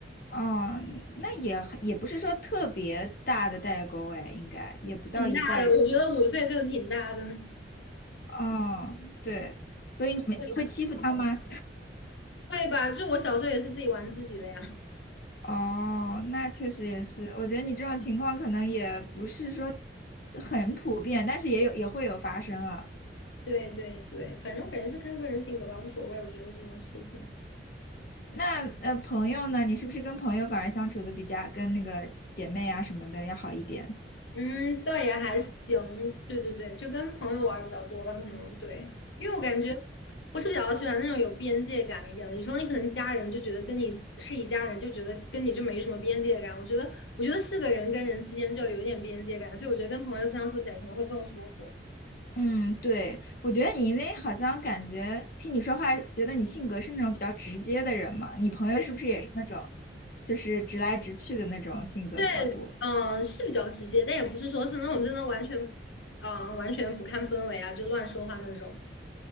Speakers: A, on the left; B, on the left.
A: 哦，那也也不是说特别大的代沟哎，应该也不到一代人。
B: 挺大的。我觉得五岁就挺大的。
A: 哦，对，所以你们你会欺负他吗？
B: <laughs> 会吧，就我小时候也是自己玩自己的呀。
A: 哦，那确实也是，我觉得你这种情况可能也不是说很普遍，但是也有也会有发生啊。
B: 对对对，反正我感觉是看个人性格吧，无所谓。我觉得这种事情，
A: 那呃，朋友呢？你是不是跟朋友反而相处的比较跟那个姐妹啊什么的要好一点？
B: 嗯，倒也还行。对对对，就跟朋友玩儿比较多吧，可能对，因为我感觉我是比较喜欢那种有边界感一点的。有时候你可能家人就觉得跟你是一家人，就觉得跟你就没什么边界感。我觉得，我觉得是个人跟人之间就要有一点边界感，所以我觉得跟朋友相处起来可能会更舒服。
A: 嗯，对，我觉得你因为好像感觉听你说话，觉得你性格是那种比较直接的人嘛，你朋友是不是也是那种，
B: 对
A: 就是直来直去的那种性格比较多？
B: 对，嗯，是比较直接，但也不是说是那种真的完全，嗯，完全不看氛围啊，就乱说话那种。